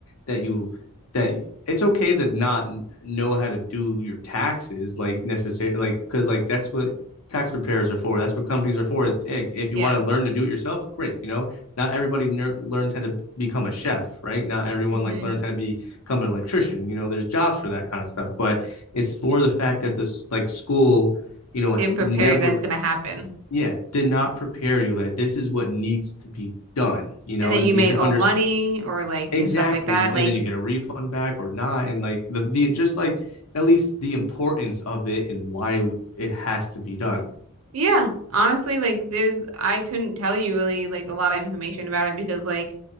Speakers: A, on the left; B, on the right.
A: that you that it's okay to not know how to do your taxes like necessarily like because like that's what tax preparers are for. That's what companies are for. hey, if
B: Yeah.
A: you want to learn to do it yourself, great. You know, not everybody ner- learns how to become a chef, right? Not everyone
B: hmm
A: like learns how to be, become an electrician. You know, there's jobs for that kind of stuff. But it's more the fact that this like school, you know,
B: Didn't prepare
A: never,
B: you that's gonna happen.
A: yeah, did not prepare you that this is what needs to be done. You know,
B: and that
A: and
B: you
A: you
B: may
A: should
B: owe
A: understand
B: money or like
A: exactly
B: and stuff like that. Like,
A: and then you get a refund back or not and like the, the just like at least the importance of it and why it has to be done
B: yeah, honestly, like there's I couldn't tell you really like a lot of information about it because like